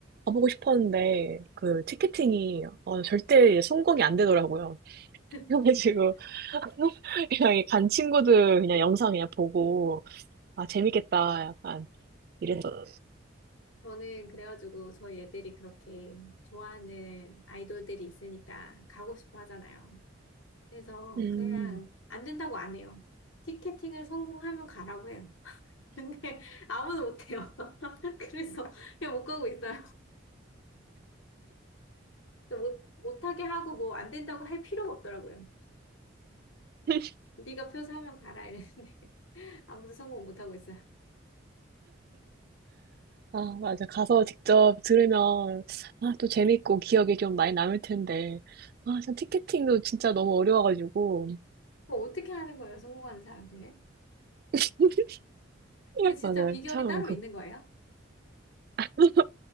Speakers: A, on the right; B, on the left.
A: 가보고 싶었는데, 그, 티켓팅이, 어, 절대 성공이 안 되더라고요.
B: <laughs>
A: 그래가지고, <laughs> 그냥 간 친구들 그냥 영상 그냥 보고, 아, 재밌겠다, 약간, 이랬어.
B: 저는 그래가지고 저희 애들이 그렇게 좋아하는 아이돌들이 있으니까 가고 싶어 하잖아요. 그래서
A: 음.
B: 그냥 안 된다고 안 해요. 티켓팅을 성공하면 가라고 해요. 근데 <laughs> 아무도 못해요. <laughs> 그래서 그냥 못 가고 있어요. 못, 못하게 하고 뭐 안 된다고 할 필요가 없더라고요.
A: <laughs>
B: 네가 표 사면 가라 이랬는데 <laughs> 아무도 성공 못 하고 있어요.
A: 아, 맞아. 가서 직접 들으면, 아, 또 재밌고 기억에 좀 많이 남을 텐데. 아, 참, 티켓팅도 진짜 너무 어려워가지고.
B: 그거 어떻게 하는 거예요? 성공하는 사람들은?
A: <laughs>
B: 그 진짜
A: 맞아요.
B: 비결이
A: 참,
B: 따로
A: 그,
B: 있는 거예요?
A: <laughs>